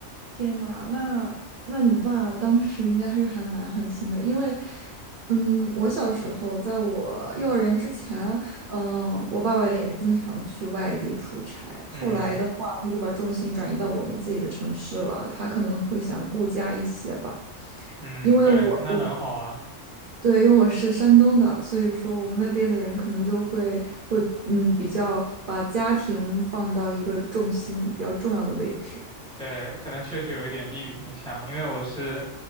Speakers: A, on the right; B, in the centre.
A: 天呐，那那你爸当时应该是还蛮狠心的，因为，嗯，我小时候在我幼儿园之前，嗯，我爸爸也是经常去外地出差。
B: 嗯
A: 后来的话，他就把重心转移到我们自己的城市了。他可能会想顾家一些吧，
B: 嗯，
A: 因为我我
B: 对，那很好啊。
A: 对，因为我是山东的，所以说我们那边的人可能就会会嗯比较把家庭放到一个重心比较重要的位置。
B: 对，可能确实有一点地域影响，因为我是